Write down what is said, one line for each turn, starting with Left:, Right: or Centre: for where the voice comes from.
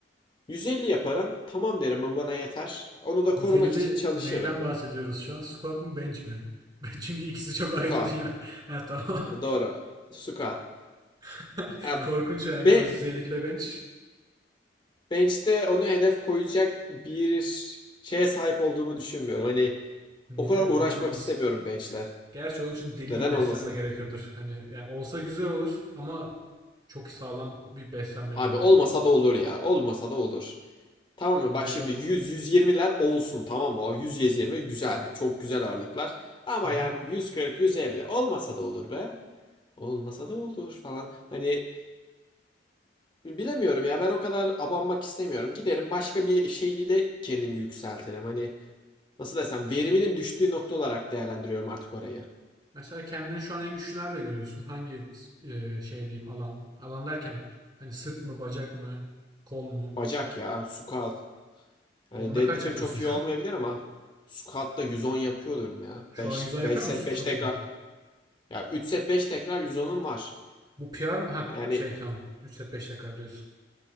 Left: 150 yaparım tamam derim bu bana yeter. Onu da
Right: 150
Left: korumak için çalışırım.
Right: neyden bahsediyoruz şu an? Squat mı bench mi? <laughs> Çünkü ikisi çok ayrı
Left: Squat.
Right: dünya. <laughs> Ha tamam.
Left: Doğru. Squat.
Right: <laughs>
Left: Ha,
Right: Korkunç yani biraz
Left: be,
Right: 150 kilo bench.
Left: bench'te onu hedef koyacak bir şeye sahip olduğumu düşünmüyorum. Hani
Right: Niye?
Left: o kadar uğraşmak
Right: Neden olmasın?
Left: istemiyorum bench'le.
Right: Gerçi onun için deli
Left: Neden
Right: iyi beslenme
Left: olmasın?
Right: gerekiyordur. Hani yani olsa güzel olur ama çok sağlam bir beslenme
Left: Abi
Right: gerekiyordur.
Left: olmasa da olur ya. Olmasa da olur. Tamam mı?
Right: Niye
Left: Bak
Right: hocam?
Left: şimdi 100-120'ler olsun tamam mı? O 100-120 güzel. Çok güzel ağırlıklar. Ama
Right: Hı hı.
Left: yani 140-150 olmasa da olur be. Olmasa da olur falan. Hani Bilemiyorum ya ben o kadar abanmak istemiyorum. Giderim başka bir şeyli de kendimi yükseltirim. Hani nasıl desem veriminin düştüğü nokta olarak değerlendiriyorum artık orayı.
Right: Mesela kendini şu an en güçlü nerede görüyorsun? Hangi e, şey diyeyim alan? Alan derken hani sırt mı, bacak mı, kol mu?
Left: Bacak ya squat. Hani
Right: Onda
Left: deadlift'im
Right: kaç yapıyorsun
Left: çok
Right: şu
Left: iyi olmayabilir
Right: an?
Left: ama squat'ta 110 yapıyordum ya.
Right: Şu
Left: beş
Right: an 110 yapıyor
Left: beş set
Right: musun?
Left: 5
Right: Çok
Left: tekrar.
Right: iyi.
Left: Ya 3 set 5 tekrar 110'um var.
Right: Bu PR mı? Ha
Left: Yani
Right: şey tamam. 3 set 5 dakika diyorsun.